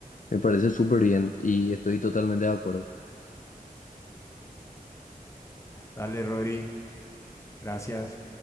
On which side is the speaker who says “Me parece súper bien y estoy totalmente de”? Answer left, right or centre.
Left